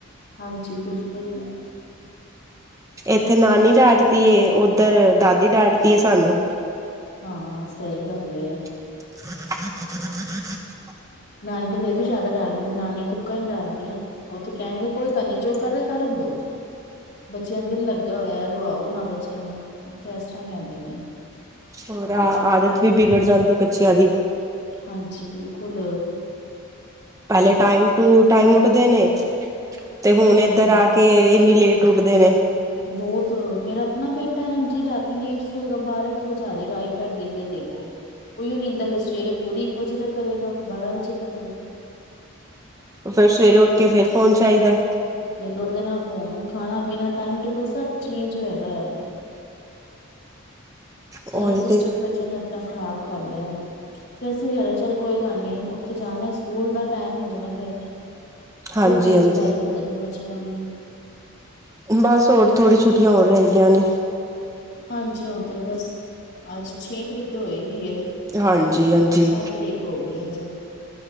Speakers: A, on the left; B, on the right.
A: ਹਾਂਜੀ ਬਿਲਕੁਲ
B: ਇੱਥੇ ਨਾਨੀ ਡਾਟਦੀ ਓਧਰ ਦਾਦੀ ਡਾਟਦੀ ਸਾਨੂੰ
A: ਹਾਂ ਸਹੀ ਗੱਲ
B: <inaudible> <inaudible>
A: ਦਾਦੀ ਤੇ ਫੇਰ ਵੀ ਜ਼ਿਆਦਾ ਡਾਟ ਲੈਂਦੀ ਨਾਨੀਆਂ ਤਾਂ ਉੱਕਾ ਹੀ ਡਰਦੀਆਂ ਉਹ ਤੇ ਕਹਿਣਗੇ ਕੋਈ ਗੱਲ ਨੀ ਜੋ ਕਰਨ ਕਰਨ ਦੌ ਬੱਚਿਆਂ ਦਿਲ ਲੱਗਾ ਹੋਇਆ ਰਵਾਓ ਨਾ ਬੱਚਿਆਂ ਨੂੰ ਉੱਥੇ ਇਸ ਤਰ੍ਹਾਂ ਕਹਿੰਦੇ ਨੇ
B: ਹੋਰ ਆ ਆਦਤ ਵੀ ਬਿਗੜ ਜਾਂਦੀ ਬੱਚਿਆਂ ਦੀ
A: ਹਾਂਜੀ ਬਿਲਕੁਲ
B: ਪਹਿਲੇ ਟਾਈਮ ਟੂ ਟਾਈਮ ਉਠ ਦੇ ਨੇ ਤੇ ਹੁਣ
A: ਹਮ
B: ਇੱਧਰ ਆ ਕੇ ਇਨੀ ਲੇਟ ਉੱਡਦੇ ਨੇ
A: ਬਹੁਤ ਮੇਰਾ ਆਪਣਾ ਬੇਟਾ ਜੀ ਰਾਤੀ ਲੇਟ ਸੋਏਗਾ ਬਾਰਾਂ ਇੱਕ ਵਜੇ ਆ ਜਾਗਾ ਆਈਪੈਡ ਦੇਖਦੇ ਦੇਖਦੇ ਉਓ ਨੀਂਦਾ ਫਿਰ ਸਵੇਰੇ ਪੂਰੀ ਇੱਕ ਵਜੇ ਤੱਕ ਕਰੇਗਾ ਬਾਰਾਂ ਵਜੇ ਤੱਕ
B: ਫਿਰ ਸਵੇਰੇ ਉੱਠ ਕੇ ਫਿਰ ਫੋਨ ਚਾਹੀਦਾ
A: ਫੇਰ ਉੱਠਦੇ ਨਾਲ ਫੋਨ ਖਾਣਾ ਪੀਣਾ ਟਾਈਮ ਟੇਬਲ ਸਭ ਚੇਂਜ ਹੋ ਜਾਂਦਾ ਹੈ ਸਾਰਾ
B: ਉਹੀ
A: ਸਿਸਟਮ
B: ਤੇ
A: ਬੱਚਿਆਂ ਨੇ ਆਪਣਾ ਖ਼ਰਾਬ ਕਰ ਲਿਆ ਫ਼ਿਰ ਅਸੀਂ ਚੱਲ ਕੋਈ ਗੱਲ ਨੀ ਉੱਥੇ ਜਾਣਾ ਸਕੂਲ ਦਾ ਟਮ ਹੋ ਜਾਣਾ ਫਿਰ ਫੇਿਰ
B: ਹਾਂਜੀ
A: ਬਿਜ਼ੀ
B: ਹਾਂਜੀ
A: ਲਾਈਫ ਹੋ ਜਾਣੀ ਬੱਚਿਆਂ ਦੀ
B: ਬਸ ਹੋਰ ਥੋੜੀ ਛੁੱਟੀ ਹੋ ਰਹੀ ਗਈਆ ਨੇ
A: ਹਾਂਜੀ ਹਦੇ ਬਸ ਅੱਜ ਛੇ ਤਰੀਕ ਤੋਂ ਹੋਏਗੀ
B: ਹਾਂਜੀ ਹਾਂਜੀ
A: ਸੱਤ ਤਰੀਕ ਹੋ ਗਈ ਅੱਜ